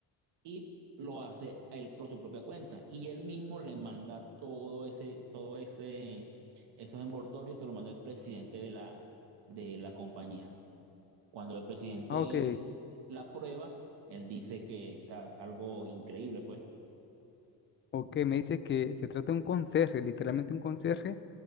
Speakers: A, on the right (about 70°); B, on the left (about 30°).
A: y lo hace él por su propia cuenta, y él mismo le manda todo ese, todo ese, esos envoltorios, se lo manda el presidente de la, de la compañía. Cuando el presidente
B: Ah, ok,
A: la aprueba, él dice que o sea, es a- algo increíble, pues.
B: ok, me dice que se trata de un conserje, literalmente un conserje